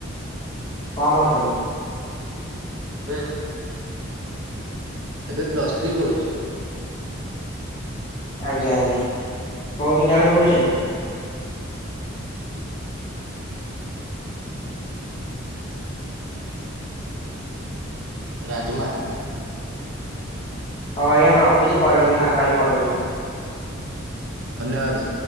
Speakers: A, on the left; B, on the right.
A: କଣ ପଢ଼ୁଛନ୍ତି?
B: ଏବେ ଏବେ ପ୍ଲସ୍ ଥ୍ରୀ ପଢୁଛି।
A: ଆଜ୍ଞା ଆଜ୍ଞା କୋଉ ବିଭାଗରେ ପଢୁଛନ୍ତି?
B: ହ ହ ରାଜମା
A: ହଉ ଆଜ୍ଞା ଏବେ ରଖୁଛିି ପରେ କେତେବେଳେ ଫାଙ୍କା ହେଲେ କଲ କରିବି।
B: ଧନ୍ୟବାଦ।